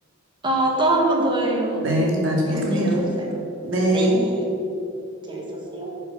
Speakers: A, on the right; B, on the right.
A: 어, 또 한 번 더 해요.
B: 네, 나중에
A: 또
B: 또
A: 재밌었어요.
B: 해요. 네.
A: 네, 재밌었어요.